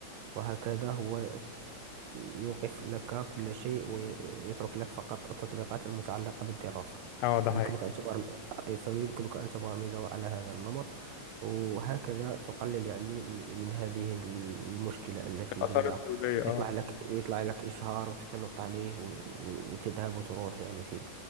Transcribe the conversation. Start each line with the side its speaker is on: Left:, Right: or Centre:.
Right: وهكذا هو يوقف لك كل شيء ويترك لك فقط التطبيقات المتعلقة بالدراسة
Left: اه ده
Right: فيمكنك
Left: حقيقي
Right: أن تبرم... فيمكنك أن تبرمجه على هذا النمط وهكذا تقلل يعني من من هذه المشكلة التي
Left: الاثار
Right: هي
Left: السلبيه
Right: يطلع
Left: اه
Right: لك يطلع لك إشهار وتنط عليه و- و- وتذهب وتروح يعني في